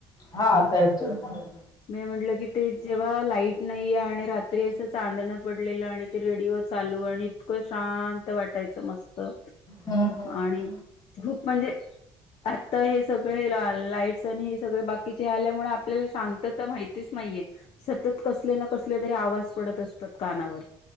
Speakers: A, on the left; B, on the left.
A: हा आता जेवणार आहे
B: मी म्हटलं की ते जेव्हा लाईट नाही आहे आणि रात्री असं चांदणं पडलेलं आणि ते रेडिओ चालू आणि इतकं शांत वाटायचं मस्त ह.
A: हम्म हम्म हम्म.
B: आणि खूप म्हणजे आता हे सगळे लाल लाईट् आणि हे सगळ बाकीचे आल्यामुळे आपल्याला शांत तर ते माहितीच नाहीये सतत कसले न कसले तरी आवाज येत असत्यात कानावर